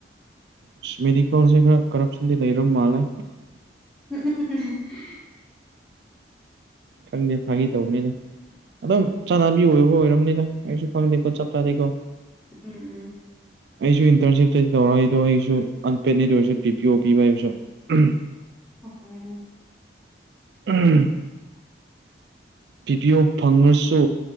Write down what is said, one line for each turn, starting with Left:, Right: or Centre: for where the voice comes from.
Right: ꯑꯁ ꯃꯦꯗꯤꯀꯦꯜꯁꯦ ꯈꯔ ꯀꯔꯞꯁꯟꯗꯤ ꯂꯩꯔ ꯃꯥꯜꯂꯦ꯫
Centre: ꯎꯝ ꯎꯝ ꯎꯝ ꯎꯝ
Right: ꯈꯪꯗꯦ ꯐꯪꯒꯤ ꯇꯧꯕꯅꯤꯗꯥ ꯑꯗꯨꯝ ꯆꯠꯅꯕꯤ ꯑꯣꯏꯕ ꯑꯣꯏꯔꯕꯅꯤꯗ ꯑꯩꯁꯨ ꯈꯪꯗꯦ ꯀꯣ ꯆꯞ ꯆꯥꯕꯤꯀꯣ꯫
Centre: ꯎꯝ ꯎꯝ
Right: ꯑꯩꯁꯨ ꯏꯟꯇꯔꯟꯁꯤꯞꯇ ꯇꯧꯔꫭꯏꯗꯣ ꯑꯩꯁꯨ ꯑꯟꯄꯦꯠꯅꯦ ꯑꯗꯨ ꯑꯣꯏꯔꯁꯨ ꯄꯤ ꯄꯤ ꯑꯣ ꯄꯤꯕ ꯍꯥꯏꯕꯁꯨ ꯎꯝ
Centre: ꯎꯝ
Right: ꯎꯝ ꯕꯤꯗꯤꯌꯣ ꯐꯪꯉꯁꯨ